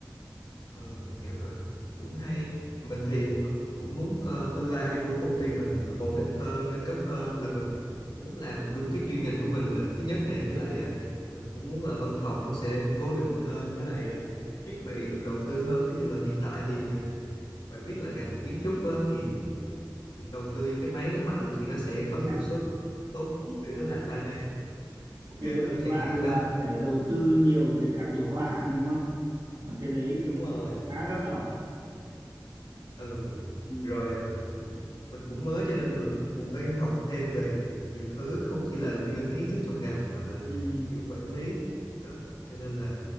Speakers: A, on the left; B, on the right.
A: Ờ, mình hiểu rồi, cũng hay. Mình thì cũng muốn, ờ, tương lai của công ty mình ổn định hơn, nâng cấp hơn là mình muốn làm đúng cái chuyên ngành của mình là thứ nhất nè, với lại, à, mình cũng muốn là văn phòng nó sẽ cố định hơn với lại, à, thiết bị được đầu tư hơn. Ví dụ là hiện tại thì, ờ, bạn biết là ngành kiến trúc á, thì việc đầu tư vô cái máy nó mạnh thì nó sẽ có hiệu
B: Đã.
A: suất tốt
B: Ừm,
A: để nó làm 3D ok
B: cái đấy
A: hơn
B: của
A: chẳng
B: bạn
A: hạn
B: là
A: đó.
B: phải đầu tư nhiều về các đồ họa đúng không và cái đấy mình
A: Đúng rồi,
B: khá đắt đỏ
A: ừ.
B: Ừm,
A: Rồi, à, mình cũng mới cho nên mình cũng phải học thêm về nhiều thứ không chỉ là liên quan tới kiến thức trong ngành mà là
B: ừm,
A: kiểu quản lý đó cho nên là